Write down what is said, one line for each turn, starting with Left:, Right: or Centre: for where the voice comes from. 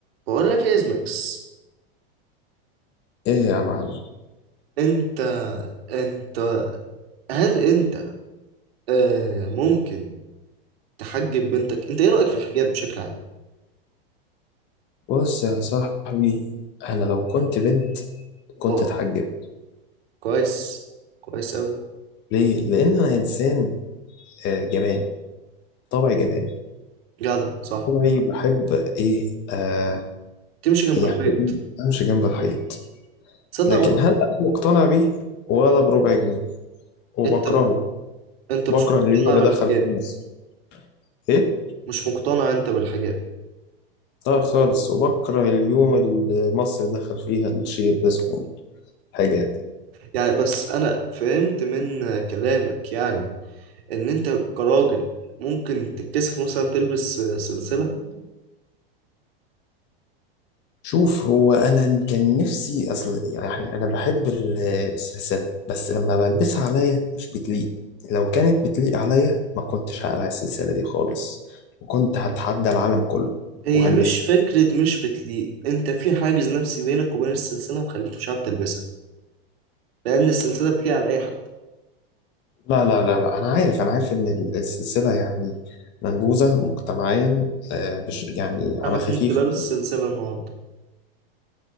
Right: بقول لك ايه ازمكس
Left: ايه يا معلم
Right: انت انت هل انت آه ممكن تحجب بنتك انت ايه رأيك في الحجاب بشكل عام
Left: بص يا صاحبي انا لو كنت بنت كنت
Right: اه
Left: اتحجبت
Right: كويس كويس قوي
Left: ليه لان انا انسان آه، جبان طبعي جبان
Right: جدع صح
Left: طبعي بحب ايه آه
Right: تمشي جنب
Left: يعني
Right: الحيط
Left: امشي جنب الحيط
Right: تصدق
Left: لكن
Right: وانا
Left: هل انا مقتنع بيه ولا بربع جنيه وبكرهه
Right: انت انت
Left: بكره
Right: مش مقتنع
Left: اليوم اللي
Right: بالحجاب
Left: دخل فيه مصر ايه
Right: مش مقتنع انت بالحجاب
Left: لا خالص وبكره اليوم اللي مصر دخل فيها الشيء اللي اسمه الحجاب
Right: يعني بس انا فهمت من كلامك يعني ان انت كراجل ممكن تتكسف مثلا تلبس سلسلة
Left: شوف هو انا كان نفسي اصل يعني انا بحب ال- السلسله بس لما بلبسها عليا مش بتليق لو كانت بتليق عليا ما كنتش هقلع السلسله دي خالص وكنت هتحدى العالم كله
Right: هي
Left: وهلبس
Right: مش فكرة مش بتليق انت في حاجز نفسي بينك وبين السلسلة مخليك مش عارف تلبسها لأن السلسلة بتليق على أي حد
Left: لا لا لا لا انا عارف انا عارف ان ال- السلسله يعني منبوذه مجتمعيا آه، بش- يعني على
Right: أنا كنت
Left: خفيف
Right: لابس سلسلة النهاردة